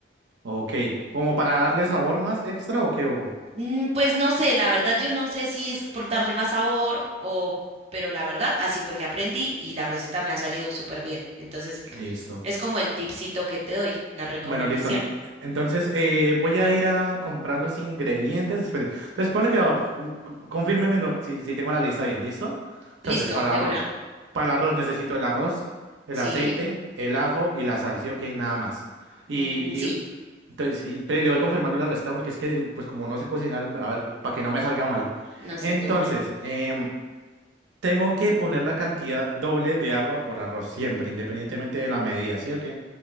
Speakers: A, on the right (about 80°); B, on the right (about 35°).
A: ok. ¿Como para darle sabor más extra o qué? O-
B: Mm, Pues no sé, la verdad yo no sé si es por darle más sabor o... Pero la verdad, así fue que aprendí y la receta me ha salido súper bien. Entonces,
A: Listo.
B: es como el tipcito que te doy, la recomendación.
A: Bueno, listo. En- Entonces eh, voy a ir a comprar los ingredientes. Espere. Entonces ponle que no, c- Confírmemelo si, si tengo la lista bien. ¿Listo? Entonces,
B: Listo,
A: para
B: de
A: el arroz.
B: una.
A: Para el arroz necesito el arroz, el
B: Sí,
A: aceite, el ajo y la sal. ¿Sí o qué? Nada más. Y,
B: mm,
A: y
B: sí,
A: entonces y, pero le voy confirmando la receta porque es que, pues como no sé cocinar, a ver, para que no me salga mal.
B: no, sí,
A: Entonces,
B: de una.
A: em, tengo que poner la cantidad doble de agua por arroz siempre, independientemente de la medida. ¿Sí o qué?